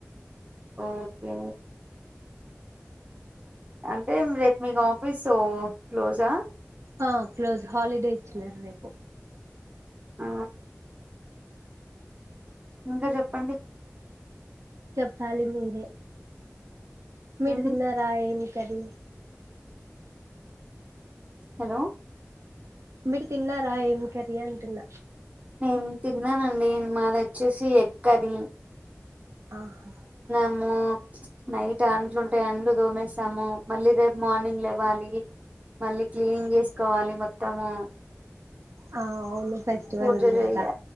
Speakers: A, on the right; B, on the right.
A: ఓకే అంటే రేపు మీకు ఆఫీస్ క్లోజ్ ఆ
B: ఆ క్లోజ్ హాలిడే ఇచ్చినారు రేపు
A: ఆ ఇంకా జెప్పండి
B: చెప్పాలి మీరే మీరు
A: మ్మ్
B: తిన్నారా ఏమి కర్రి
A: హలో
B: మీరు తిన్నారా ఏం కర్రి అంటున్న
A: నేను తిన్నానండి మాది వచ్చేసి ఎగ్ కర్రి
B: ఆహా
A: అమ్మో నైట్ అంట్లు ఉంటాయి అంట్లు దొమేశాము మళ్ళీ రేపు మార్నింగ్ లెవ్వాలి మళ్ళీ క్లీన్ జేసుకోవాలి మొత్తము
B: ఆ అవును ఫెస్టివల్
A: పూజ
B: ఉంది
A: చెయ్యాలి
B: కదా